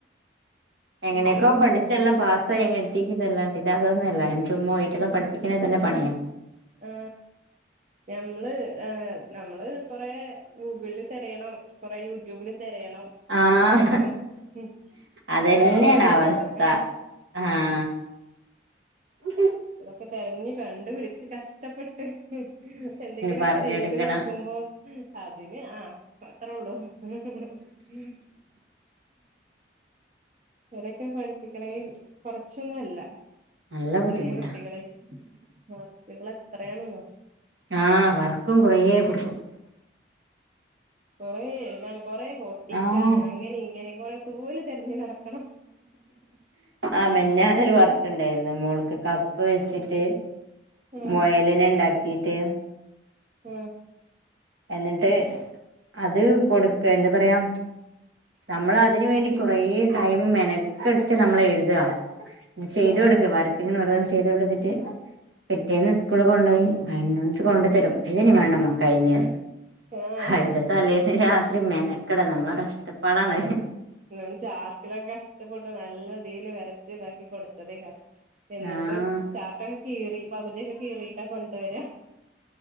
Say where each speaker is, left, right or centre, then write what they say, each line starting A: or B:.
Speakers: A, on the right; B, on the right.
A: എങ്ങനെക്കോ
B: ഇത്
A: പഠിച്ചല്ലാം പാസ ങ്ങ എത്തിക്കതല്ലണ്ട് ഇ അതൊന്നല്ല എന്റെറെുമ്യിട്ടല്ലാം പഠിപ്പിക്കണെ തന്നെ പണിയാ
B: ആ ഞമ്മള് ആ നമ്മള് കുറേ ഗൂഗിള് തെരയണം കുറേ യൂട്യൂബില് തെരയണം
A: ആഹ്
B: ഓരോന്നിനും ഹും
A: അതന്നെയാണ്
B: ഓരോ വർക്ക് ചെയ്യുന്നതിനൊക്കെ
A: അവസ്ഥ ആഹ് ഉം
B: ഇതൊക്കെ തെരഞ്ഞു കണ്ട് പിടിച്ച് കഷ്ടപ്പെട്ട് എന്തെങ്കിലൊക്കെ
A: പറഞ്ഞൊടുക്കണ
B: ചെയ്ത് കൊടുക്കുമ്പോ അതിന് ആ അത്രേള്ളൂ ഹും ഹും ഇരൊക്കെ പഠിപ്പിക്കണെൽ കൊറച്ചൊന്നും അല്ല
A: നല്ല ബുദ്ധിമുട്ടാ
B: ചെറിയ കുട്ടികള് വർക്കുകൾ എത്രയാണ്ന്നോ
A: ആ വർക്കും കുറേ കൊടുക്കും
B: കൊറ എഴുതാനും കൊറേ ഒട്ടിക്കാനും
A: ആഹ്
B: അങ്ങനെ ഇങ്ങനെ കൊറ തൂവല് തെരഞ്ഞ് നടക്കണം
A: ആ മെനഞ്ഞാന്ന് ഒരു വർക്ക്
B: ആഹ്
A: ണ്ടായിരുന്നു മോൾക്ക് കപ്പ് വെച്ചിട്ട്
B: ആഹ്
A: മുയലിനെ ഇണ്ടാക്കീട്ട്
B: ഉം
A: എന്നിട്ട് അത് കൊടുക്ക എന്താ പറയാ നമ്മള് അതിന് വേണ്ടി കുറേ ടൈമു മെനക്കെട്ട് നമ്മള എഴുതാ ചെയ്ത്
B: ആഹ്
A: കൊടുക്ക വർക് ഇങ്ങനെ ഓരോന്ന് ചെയ്ത് കൊടുത്തിട്ട് പിറ്റേന്ന് സ്കൂള് കൊണ്ടയി മ <unintelligible> കൊണ്ടു തരും ഇതനി വേണ്ടമ്മ കഴിഞ്ഞ്
B: ആഹ്
A: അയിന്റെ തലേന്ന് രാത്രി മെനക്കടണം നമ്മളെ കഷ്ട്ടപ്പാടാണ്
B: ന്നും ചാർട്ടിലൊക്കെ കഷ്ടപ്പെട്ടും നല്ല തില് വരച്ച് ഇതാക്കി കൊടുത്തതേ ക്കാരം എന്നിട്ട്
A: ആ
B: ചാർട്ടൊക്കെ കീറി പകുതിയൊക്കെ കീറിട്ടാ കൊണ്ടുവരാ